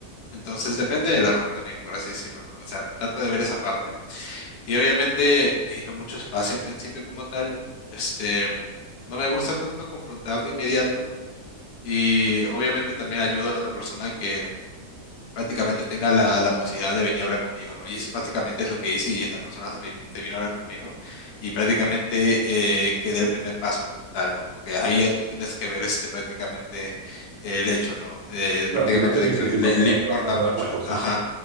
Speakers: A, on the left (about 75°); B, on the right (about 80°).
A: Entonces depende del error también, por así decirlo, ¿no? O sea, trato de ver esa parte y obviamente necesito mucho espacio al principio como tal. Este, no me gusta tanto confrontar de inmediato y obviamente también ayudo a la otra persona que prácticamente tenga la, la posibilidad de venir a hablar conmigo, ¿no? Y eso prácticamente es lo que hice y esta persona se, vin- se vino a hablar conmigo y prácticamente eh, que dé el primer paso como tal, ¿no? Porque ahí ya tú tienes que ver este prácticamente eh, el hecho, ¿no? Eh,
B: Claro,
A: prácticamente
B: tener la
A: de
B: iniciativa
A: que le, le-
B: para
A: le importa
B: arra- arreglar
A: mucho,
B: las cosas.
A: ajá.